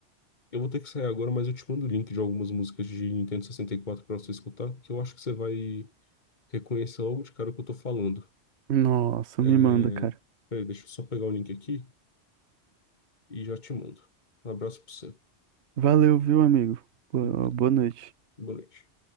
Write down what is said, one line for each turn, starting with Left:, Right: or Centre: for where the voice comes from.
Left: Eu vou ter que sair agora, mas eu te mando o link de algumas músicas de Nintendo sessenta e quatro para você escutar, que eu acho que você vai reconhecer logo de cara o que eu tô falando.
Right: Nossa,
Left: É...
Right: me manda, cara.
Left: Peraí, deixa eu só pegar o link aqui e já te mando. Um abraço pra você.
Right: Valeu, viu, amigo? Boa
Left: Até.
Right: boa noite.
Left: Boa noite.